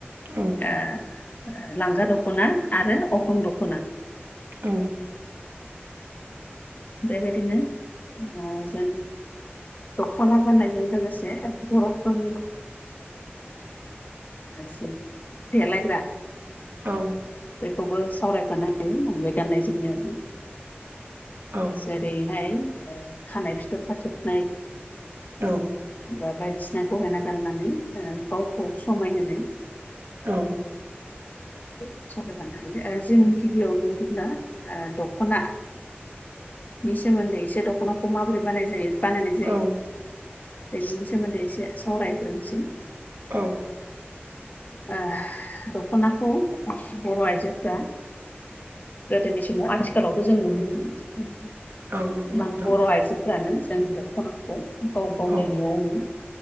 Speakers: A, on the right; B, on the left.
A: औ
B: ओ लांगा दख'ना आरो अग्रं दख'ना।
A: औ।
B: बेबायदिनो ओ जों दख'ना गाननायजों लोगोसे बर'फोरनि जि देलायग्रा
A: औ।
B: बेखौबो सावरायफानो हायो ओ बे गाननाय जोमनायाव
A: औ
B: जे ओरैहाय ओ खानाय फिथोब खाथोबनाय
A: औ।
B: बा बायदिसिना गहेना गाननानै गावखौ समायहोनो
A: औ।
B: <unintelligible> जों गिबियाव बिदिब्ला दख'ना बिनि सोमोन्दै एसे दख'नाखौ माबोरै गान्नाय जायो बानायनाय जायो
A: औ
B: बेनि सोमोन्दै एसे सावरायग्रोनोसै।
A: औ।
B: ओ दख'नाखौ बर' आइजोफोरा गोदोनि समाव आथिखालावबो जों नुनो मोनो,
A: औ नंगौ
B: गोबां
A: नोंथां
B: बर' आइजोफ्रानो जों दख'नाखौ गाव गावनि
A: औ
B: न'आवनो